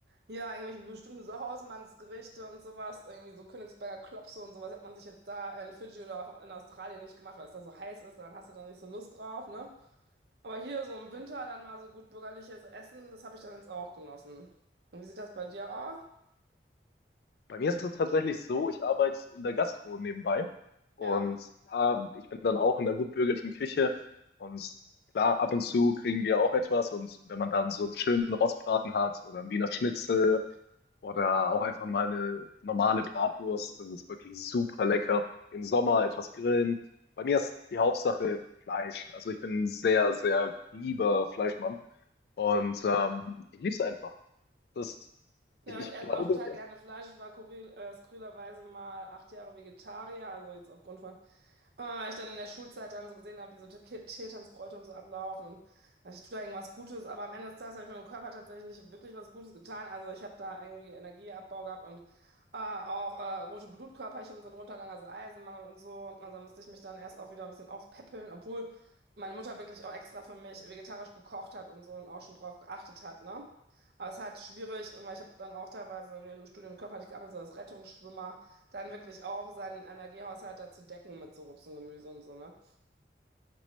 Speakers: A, on the right; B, on the left.
A: ja, irgendwelche bestimmten so Hausmannsgerichte und sowas. Irgendwie so Königsberger Klopse und sowas hat man sich jetzt da in Fidschi oder auf- in Australien nicht gemacht, weil es da so heiß ist, dann hast du da nicht so Lust drauf, ne? Aber hier so im Winter dann mal so gut bürgerliches Essen, das habe ich dann jetzt auch genossen. Und wie sieht das bei dir aus?
B: Bei mir ist es tatsächlich so, ich arbeite in der Gastro nebenbei und
A: Ja.
B: da, ich bin dann auch in der gutbürgerlichen Küche und klar, ab und zu kriegen wir auch etwas und wenn man dann so einen schönen Rostbraten hat oder einen Wiener Schnitzel Oder auch einfach mal eine normale Bratwurst. Das ist wirklich super lecker. Im Sommer etwas grillen. Bei mir ist die Hauptsache Fleisch. Also ich bin ein sehr, sehr lieber Fleischmann. Und ähm, ich liebe es einfach. Das,
A: Ja,
B: ich, ich
A: ich esse
B: glaube,
A: auch total
B: ich esse.
A: gerne Fleisch. Ich war kuril, äh, skurrilerweise mal acht Jahre Vegetarier, also jetzt aufgrund von Ah, ich dann in der Schulzeit dann so gesehen habe, wie so Ki- Tiertanzbräute und so ablaufen und ich tue da irgendwas Gutes, aber am Ende des Tages habe ich meinem Körper tatsächlich nicht wirklich was Gutes getan. Also ich habe da irgendwie Energieabbau gehabt und äh, auch äh, rote Blutkörperchen sind runtergegangen, also Eisenmangel und so. Also musste ich mich dann erst auch wieder ein bisschen aufpäppeln, obwohl meine Mutter wirklich auch extra für mich vegetarisch gekocht hat und so und auch schon drauf geachtet hat, ne? Aber es ist halt schwierig, weil ich habe dann auch teilweise in dem Studium körperlich gearbeitet, so als Rettungsschwimmer. Dann wirklich auch seinen Energiehaushalt dazu decken mit so Obst und Gemüse und so, ne?